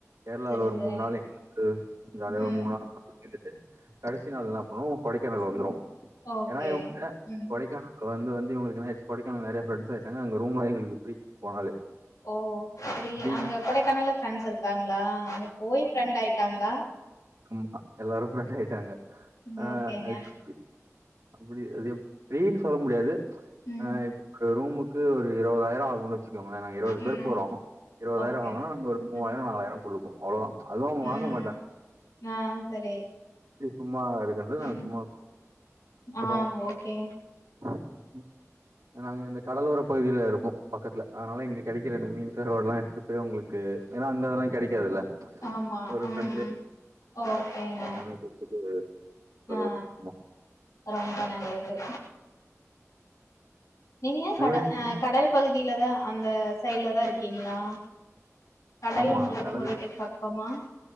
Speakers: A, on the right; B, on the left.
A: கேர்ளால
B: சரி,
A: ஒரு
B: சரி.
A: மூண் நாள் <inaudible> ஜாலியா
B: ம்.
A: ஒரு மூண் நாள் இருந்துட்டு கடைசி நாள் என்ன பன்னுவோ கொடைக்கானல் வந்துரு
B: ம். ஓகே.
A: ஏனா இவுங்க
B: ம்.
A: கொடைக்கானல் வந்து வநது இவுங்களுக்கு என்னச்சி கொடைக்கானல்ல நெறைய ஃப்ரண்டஸ் ஆய்ட்டாங்க அங்க ரூம்லா எங்களுக்கு ஃப்ரீ போனாலே
B: ஓ செரி
A: ஃப்ரீ
B: அங்க கொடைக்கானல்ல ஃப்ரெண்ட்ஸ்ஸு இருக்காங்ளா அங்க போய் ஃப்ரெண்ட் ஆய்ட்டாங்ளா
A: ஆம்மா எல்லாரு ஃப்ரெண்ட் ஆய்ட்டாங்க
B: ம்
A: ஆ
B: ஓகேங்க.
A: அது எப்டி அப்டி அது எப்டின்னு சொல்ல முடியாது
B: ம்,
A: ஆ <inaudible> ஒரு ரூமுக்கு ஒரு இருவதாயிரொ ஆகு வச்சுக்கோங்ளே நாங்க இருவது
B: ம்.
A: பேர் போறோ இருவதாயிரொ
B: ஓகே.
A: ஆவுன்னா நாங்க ஒரு மூவாயிரொ
B: ம்,
A: நாலாயிரொ குடுப்போ அவ்ளோதா அதுவு அவுங்க
B: ம்.
A: வாங்கமாட்டாங்
B: ஆ செரி
A: சும்மா இருக்குன்றது
B: ம்
A: நாங்க சும்மா அப்புறம்
B: ஆ ஓ கே
A: <inaudible> நாங்க இந்த கடலோர பகுதில இருக்கோ பக்கத்துல அதனால இங்க கெடைக்கிற இந்த மீன் கருவாட்லா எடுத் அப்ப அவுங்களுக்கு ஏனா அங்க அதெல்லா கெடைக்காதுல்ல
B: ஆமா
A: ஒரு
B: ம்
A: ஃப்ரெண்ட்லியா
B: ம் ஓகேங்க
A: எல்லாமே குடுத்துட்டு வரதுக்கு
B: ஆ ரொம்ப நல்லது நீங்க
A: அது
B: கட
A: மாரி
B: அ கடல் பகுதிலதா அந்த சைட்ல தாருக்கீங்ளா கடல்
A: ஆமா
B: ஒங்களுக்கு
A: கடல்
B: ஒங்க வீட்டுக்கு பக்கமா